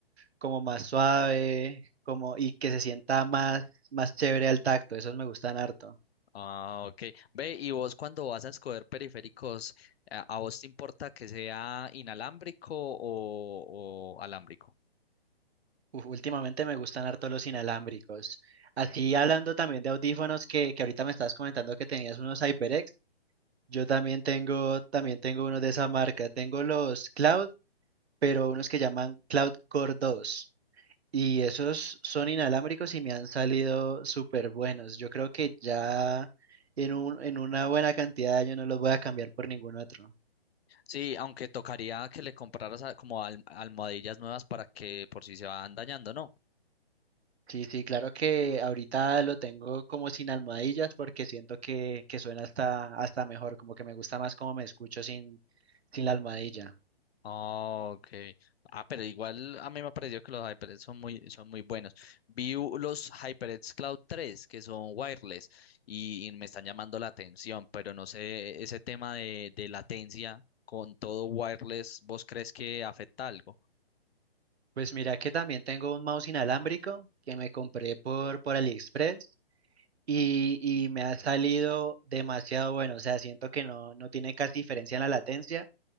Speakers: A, on the right (about 80°); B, on the left (about 70°).
A: como más suave, como, y que se sienta más, más chévere al tacto, esos me gustan harto.
B: Ah, ok. Ve, y vos cuando vas a escoger periféricos, ¿a a vos te importa que sea inalámbrico o, o alámbrico?
A: Uf, últimamente me gustan harto los inalámbricos. Así hablando también de audífonos que, que ahorita me estabas comentando que tenías unos HyperX, yo también tengo, también tengo unos de esa marca, tengo los Cloud, pero unos que llaman Cloud Core 2. Y esos son inalámbricos y me han salido súper buenos. Yo creo que ya en un, en una buena cantidad de años no los voy a cambiar por ningún otro.
B: Sí, aunque tocaría que le compraras a- como alm- almohadillas nuevas para que por si se van dañando, ¿no?
A: Sí, sí, claro que ahorita lo tengo como sin almohadillas porque siento que, que suena hasta, hasta mejor, como que me gusta más como me escucho sin, sin la almohadilla.
B: Oh, okay. Ah, pero igual a mí me ha parecido que los HyperX son muy, son muy buenos. Vi u- los HyperX Cloud tres que son wireless y, y me están llamando la atención, pero no sé, ese tema de, de latencia con todo wireless, ¿vos crees que afecta algo?
A: Pues mira que también tengo un mouse inalámbrico que me compré por, por AliExpress y, y me ha salido demasiado bueno, o sea, siento que no, no tiene casi diferencia en la latencia